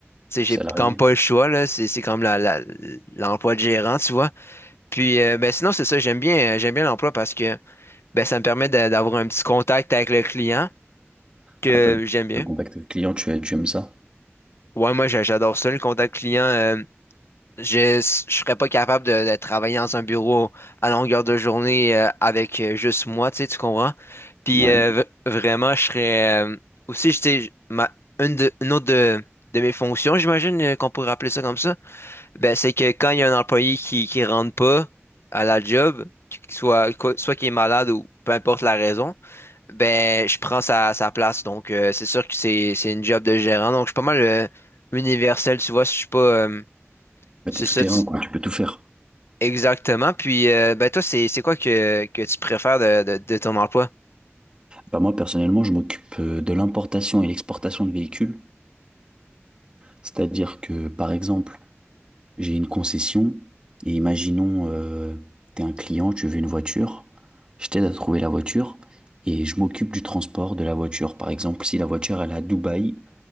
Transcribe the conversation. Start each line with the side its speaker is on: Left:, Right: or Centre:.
Left: tu sais, j'ai
Right: salarié?
Left: quand même pas le choix, là, c'est c'est comme la, la- l'emploi de gérant, tu vois. Puis, euh, ben, sinon, c'est ça, j'aime bien, euh, j'aime bien l'emploi parce que ben, ça me permet d'a- d'avoir un petit contact avec le client que
Right: Ah, t'as
Left: j'aime bien.
Right: le contact client, tu, aimes- tu aimes ça?
Left: Ouais, moi j'a- j'adore ça, le contact client. euh, je je serais pas capable de, de travailler dans un bureau à longueur de journée euh, avec euh, juste moi, tu sais, tu comprends? Puis
Right: Ouais.
Left: euh, v- vraiment, je serais euh, aussi, je sais, ma une de une autre de, de mes fonctions, j'imagine euh, qu'on pourrait appeler ça comme ça, ben c'est que quand il y a un employé qui qui rentre pas à la job, qu'il soit quoi- soit qui est malade ou peu importe la raison. Ben, je prends sa, sa place, donc euh, c'est sûr que c'est c'est une job de gérant, donc je suis pas mal euh, universel, tu vois, je suis pas... euh,
Right: Bah,
Left: c'est
Right: t'es tout
Left: ça,
Right: terrain,
Left: tu-
Right: quoi. Tu peux tout faire.
Left: exactement. Puis, euh, ben toi, c'est c'est quoi que, que tu préfères de, de, de ton emploi?
Right: Bah, moi, personnellement, je m'occupe euh, de l'importation et l'exportation de véhicules. C'est-à-dire que, par exemple, j'ai une concession et imaginons, euh, t'es un client, tu veux une voiture. Je t'aide à trouver la voiture et je m'occupe du transport de la voiture. Par exemple, si la voiture, elle est à Dubaï,